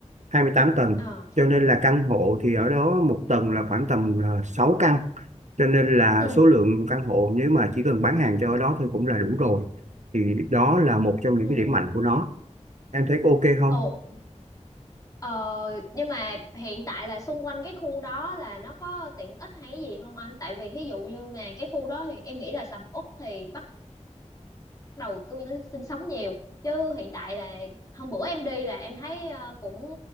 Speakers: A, on the right; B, on the left.
A: hai mươi tám tầng
B: ờ
A: cho nên là căn hộ thì ở đó một tầng là khoảng tầm ờ, 6 căn cho nên là
B: ừ
A: số lượng căn hộ nếu mà chỉ cần bán hàng cho ở đó thôi cũng là đủ rồi thì đó là một trong những
B: Ừ.
A: cái điểm mạnh của nó em thấy có ok không
B: Ồ, ờ, nhưng mà hiện tại là xung quanh cái khu đó là nó có tiện ích hay cái gì không anh? Tại vì ví dụ như mà cái khu đó thì em nghĩ là sầm uất thì bắt đầu cư dân sinh sống nhiều. Chứ hiện tại là hôm bữa em đi là em thấy ờ, cũng